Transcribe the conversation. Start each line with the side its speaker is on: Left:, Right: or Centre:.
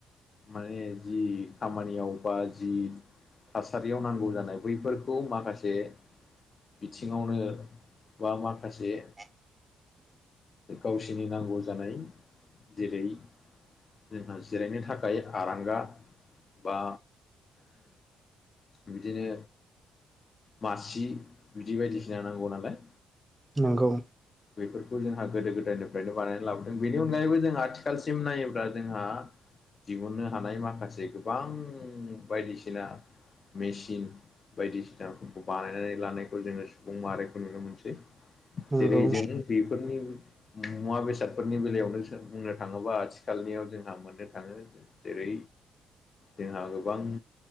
Left: माने जि खामानियाव बा जि थासारियाव नांगौ जानाय बैफोरखौ माखासे बिथिङावनो बा माखासे
Right: <inaudible>
Left: गावसोरनि नांगौ जानाय जेरै - जोंहा जिरायनो थाखाय आरांगा बा बिदिनो मासि बिदि बायदिसिना नांगौ नालाय
Right: नोंगौ
Left: बेफोरखौ जोंहा गोदो गोदायनिफ्रायनो बानायनानै लाबोदों बेनि अनगायैबो जों आथिखालसिम नायोब्ला जोंहा दिहुननो हानाय माखासे गोबां बायदिसिना मेचन बायदिसिनाफोरखौ बानायनानै लानायखौ जोङो सुबुं माहारारिखौ नुनो मोनसै
Right: नंगौ
Left: जेरै जों बेफोरनि मुवा बेसादफोरनि बेलायावनो बुंनो थाङोबा आथिखालनियाव जोंहा मोननो थाङो जेरै जोंहा गोबां